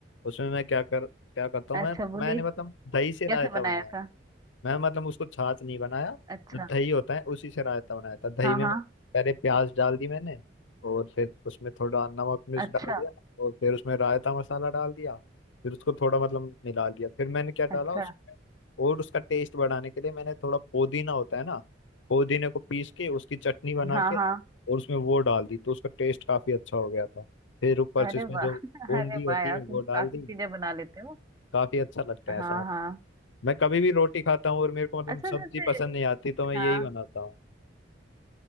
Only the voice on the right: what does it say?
अच्छा बूंदी
कैसे
बनाया
था
अच्छा
हाँ
हाँ
अच्छा
अच्छा
हाँ
हाँ
अरे
वाह
<laughs>
अरे
वाह यार
तुम
काफी
चीजें बना लेते हो
हाँ
हाँ
अच्छा
जैसे
हाँ